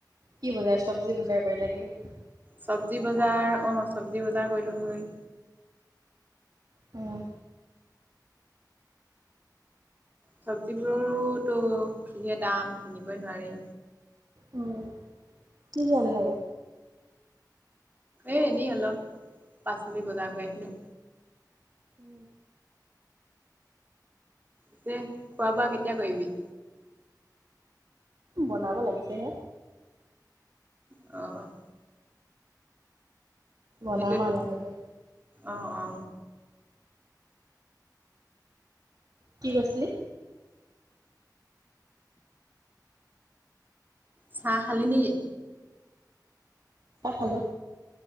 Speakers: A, on the right; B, on the right.
A: কি বজাৰ, চব্জি বজাৰ কৰিলাগে নেকি?
B: চব্জি বজাৰ অ' চব্জি বজাৰ কৰিলোঁ গৈ।
A: উম।
B: চব্জিবোৰোতো যিহে দাম কিনিবই নোৱাৰি।
A: অ'। কি ধ্যান লাগে?
B: এ, এনেই অলপ, পাচলি বজাৰ কৰি আহিলোঁ।
A: উম।
B: পিছে খোৱা বোৱা কেতিয়া কৰিবি?
A: বনাব লাগিছেহে।
B: অ'।
A: বনাম
B: সেইটোয়েইতো,
A: আৰু লাহেকে
B: অ', অ'।
A: কি কৈছিলি?
B: চাহ খালি নেকি?
A: চাহ খালোঁ।